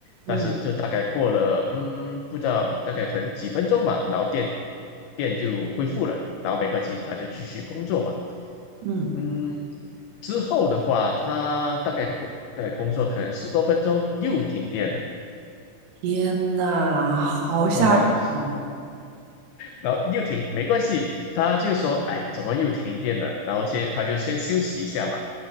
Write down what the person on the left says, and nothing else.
但是就大概过了，嗯，不知道大概可能几分钟吧，然后电电就恢复了，然后没关系，他就继续工作嘛，
嗯。之后的话，他大概工在工作可能十多分钟又停电了。
嗯，然后又停，没关系，他就说，哎，怎么又停电了？然后先他就先休息一下嘛，